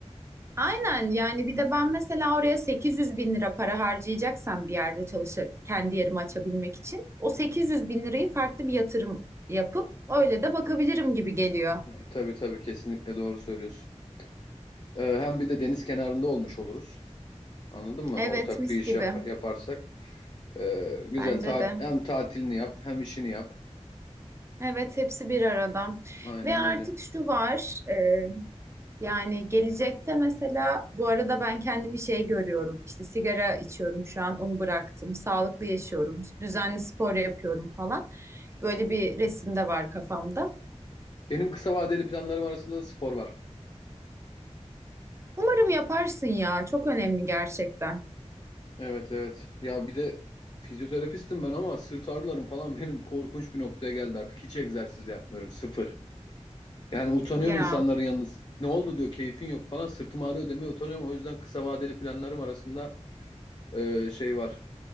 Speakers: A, on the right (about 25°); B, on the left (about 40°).
A: Aynen yani bir de ben mesela oraya 800 bin lira para harcayacaksam bir yerde çalışa kendi yerimi açabilmek için o 800 bin lirayı farklı bir yatırım yapıp öyle de bakabilirim gibi geliyor.
B: Yani, tabii tabii kesinlikle doğru söylüyorsun. Ee, hem bir de deniz kenarında olmuş oluruz. Anladın mı?
A: Evet
B: Ortak
A: mis
B: bir iş
A: gibi
B: yap- yaparsak. Ee, güzel
A: bence
B: ta-
A: de.
B: hem tatilini yap hem işini yap.
A: Evet hepsi bir arada.
B: Aynen
A: Ve artık
B: öyle.
A: şu var, e, Yani gelecekte mesela bu arada ben kendimi şey görüyorum. İşte sigara içiyorum şu an onu bıraktım. Sağlıklı yaşıyorum. Düzenli spor yapıyorum falan. Böyle bir resim de var kafamda.
B: Benim kısa vadeli planlarım arasında da spor var.
A: Umarım yaparsın ya. Çok önemli gerçekten.
B: Evet evet. Ya bir de fizyoterapistim ben ama sırt ağrılarım falan benim korkunç bir noktaya geldi artık. Hiç egzersiz yapmıyorum. Sıfır. Yani utanıyorum
A: Ya.
B: insanların yalnız. Ne oldu diyor keyfin yok falan. Sırtım ağrıyor demeye utanıyorum. O yüzden kısa vadeli planlarım arasında e, şey var.